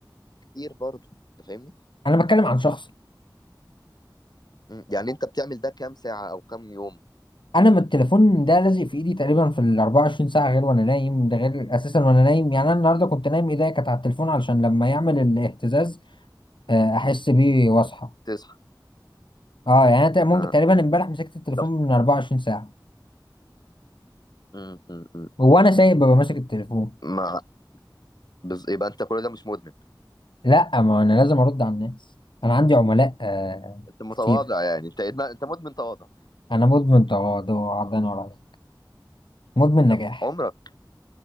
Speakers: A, on the left; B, on the left.
A: كتير برضه أنت فاهمني؟
B: انا بتكلم عن شخص
A: مم. يعني أنت بتعمل ده كام ساعة أو كام يوم؟
B: انا ما التليفون ده لازق في ايدي تقريبا في ال 24 ساعه غير وانا نايم ده غير اساسا وانا نايم يعني
A: مم.
B: انا النهارده كنت نايم ايديا كانت على التليفون علشان لما يعمل الاهتزاز آه، احس بيه واصحى
A: تصحى
B: اه يعني انا تق- ممكن
A: اه
B: تقريبا امبارح مسكت التليفون
A: طب
B: من 24 ساعه
A: م- م- م.
B: وانا سايق ببقى ماسك التليفون
A: ما بز... يبقى انت كل ده مش مدمن
B: لا ما انا لازم ارد على الناس انا عندي عملاء آه
A: انت متواضع
B: كتير
A: يعني انت إدمان... انت مدمن تواضع
B: انا مدمن تواضع عرضان ولا عليك مدمن نجاح
A: طب عمرك